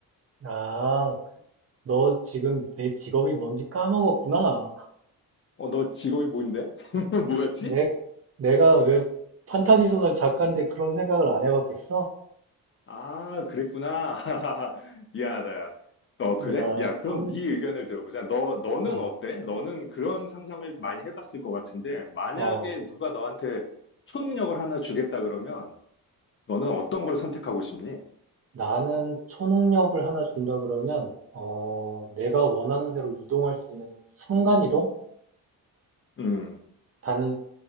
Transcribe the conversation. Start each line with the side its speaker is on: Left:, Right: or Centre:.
Right: 아 너 지금 내 직업이 뭔지 까먹었구나.
Left: 어, 너 직업이 뭐인데? <laughs> 뭐였지?
Right: 내, 내가 왜 판타지 소설 작가인데 그런 생각을 안 해봤겠어?
Left: 아, 그랬구나. <laughs> 미안하다. 어, 그래?
Right: 야,
Left: 야, 그럼
Right: 환,
Left: 네 의견을 들어보자. 너, 너는
Right: 어,
Left: 어때? 너는 그런 상상을 많이 해봤을 것 같은데, 만약에
Right: 어,
Left: 누가 너한테 초능력을 하나 주겠다 그러면, 너는 어떤 걸 선택하고 싶니?
Right: 나는 초능력을 하나 준다 그러면, 어, 내가 원하는 대로 이동할 수 있는 순간이동?
Left: 음,
Right: 단,